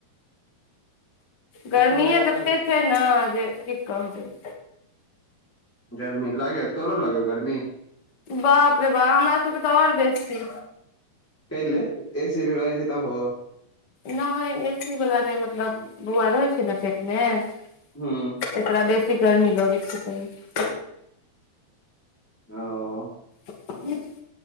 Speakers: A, on the left (about 50°); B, in the centre.
A: गर्मीेये
B: हेडफोन लगा लेबै
A: ततेक हय ने जे की कहबै।
B: गर्मी लागे तोरू लागय हव गर्मी?
A: बाप रे बा हमरा सबके तऽ आओर बेसी।
B: कहि लेल एसीमें रहै छी तऽब हो।
A: नहि एसी वला नहि मतलब बौआ रहै छैय ने पेट मे तेकरा
B: हूँ
A: बेसी गर्मी लगैत छैय कनी।
B: ओ
A: <inaudible>